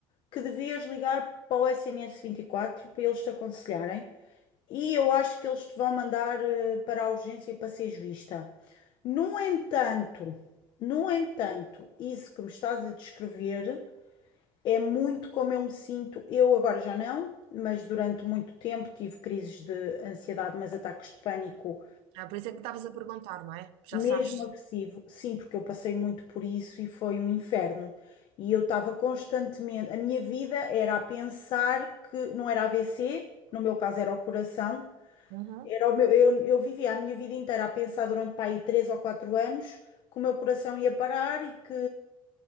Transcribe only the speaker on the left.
que devias ligar para o SNS quatro, para eles te aconselharem. E eu acho que eles te vão mandar eh, para a urgência para seres vista. No entanto, no entanto, isso que me estás a descrever é muito como eu me sinto. Eu agora já não, mas durante muito tempo tive crises de ansiedade, mas ataques de pânico
mesmo
agressivo, sim, porque eu passei muito por isso e foi um inferno. E eu estava constantemente, a minha vida era a pensar que não era AVC, no meu caso era o coração,
era o meu, eu, eu vivia a minha vida inteira a pensar durante pá, aí 3 ou 4 anos que o meu coração ia parar e que